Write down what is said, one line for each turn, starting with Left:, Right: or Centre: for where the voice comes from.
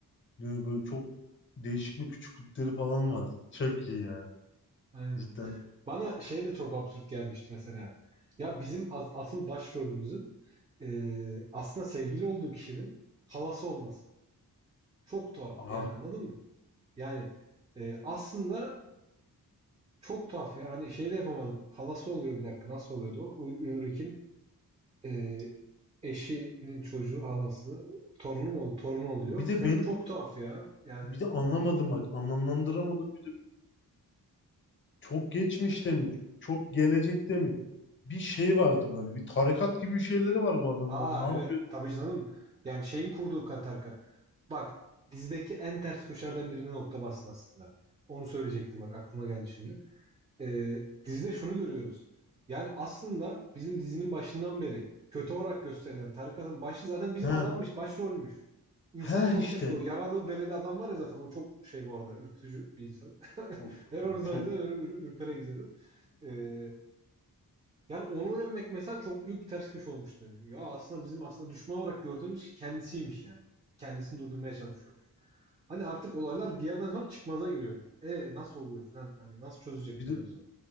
Left: Diyor, böyle çok değişik bir küçüklükleri falan var. Çok iyi ya
Right: Aynen.
Left: cidden.
Right: Bana şey de çok absürt gelmişti mesela. Ya bizim as- asıl başrolümüzün eee, aslında sevgili olduğu kişinin halası olması. Çok tuhaf.
Left: Aha.
Right: Yani anladın mı? Yani eee, aslında çok tuhaf ya. Hani şey de yapamadım. Halası oluyor bir dakika. Nasıl oluyordu o? Ul- Ulrich'in eee, eşinin çocuğu halası. Torunu mu? ol- Torunu oluyor.
Left: Bir de
Right: Falan
Left: benim
Right: çok tuhaf ya. Yani
Left: bir de anlamadım bak anlamlandıramadım. Bir de çok geçmişte mi? Çok gelecekte mi? Bir şey vardı böyle. Bir tarikat gibi bir şeyleri var bu adamlar.
Right: Aa
Left: Ne
Right: evet
Left: yapıyor?
Right: tabii canım. Yani şeyin kurduğu kar- tarikat. Bak dizideki en ters köşelerden birine nokta bastın aslında. Onu söyleyecektim bak aklıma geldi şimdi. Ee, dizide şunu görüyoruz. Yani aslında bizim dizinin başından beri kötü olarak gösterilen tarikatın başı zaten bizim
Left: He,
Right: adammış, başrolmüş. İnsan
Left: he
Right: çok
Left: işte.
Right: şaşırıyor. Yaralı bereli adam var ya zaten o çok şey bu arada ürkütücü bir insan. <laughs>
Left: Çok
Right: Her onun
Left: yani
Right: sayesinde
Left: çok
Right: öyle ür ürpere izledim. Ee, yani onu öğrenmek mesela çok büyük bir ters köşe olmuştu benim için. Ya aslında bizim aslında düşman olarak gördüğümüz kendisiymiş yani. Kendisini durdurmaya çalışıyormuş. Hani artık olaylar bir yerden sonra çıkmaza giriyor yani. E nasıl oluyor falan hani nasıl çözecek
Left: bir de
Right: bu mevzu?